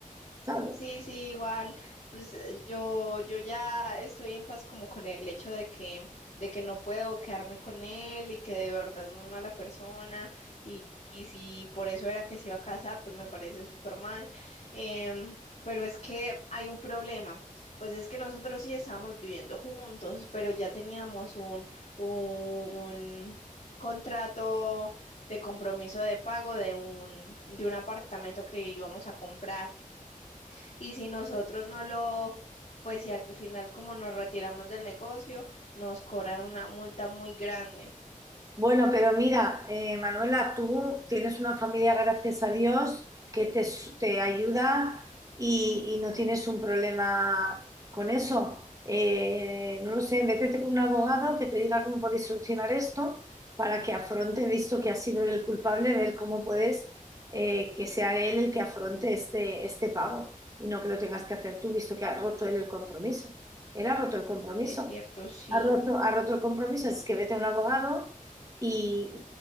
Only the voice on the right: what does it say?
¿sabes?
Bueno, pero mira, eh, Manuela, tú tienes una familia, gracias a Dios, que te, s- te ayuda y, y no tienes un problema con eso. Eh, no lo sé, vete con un abogado que te diga cómo podéis solucionar esto para que afronte, visto que ha sido él el culpable, ver cómo puedes eh, que sea él el que afronte este, este pago y no que lo tengas que hacer tú, visto que ha roto él el compromiso. Él ha roto el compromiso.
Ha roto, ha roto el compromiso, así es que vete a un abogado y,